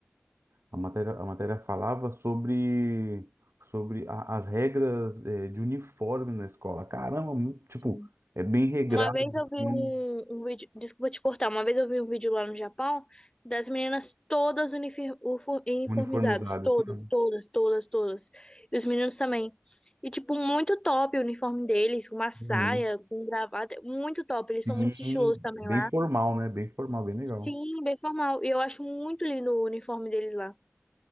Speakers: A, on the right; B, on the left.
A: a matéria, a matéria falava sobre, sobre a- as regras eh, de uniforme na escola. Caramba, mu- tipo,
B: Sim.
A: é bem regrado,
B: Uma vez eu
A: assim,
B: vi um, um vídeo, desculpa te cortar, uma vez eu vi um vídeo lá no Japão das meninas todas unifir- ufo- uniformizadas,
A: uniformizado.
B: todas,
A: Isso mesmo.
B: todas, todas, todas. E os meninos também. E, tipo, muito top o uniforme deles, com uma saia,
A: Uhum.
B: com gravata, muito top. Eles
A: Sim,
B: são muito estilosos também
A: bem
B: lá.
A: formal, né? Bem formal, bem legal.
B: Sim, bem formal. E eu acho muito lindo o uniforme deles lá.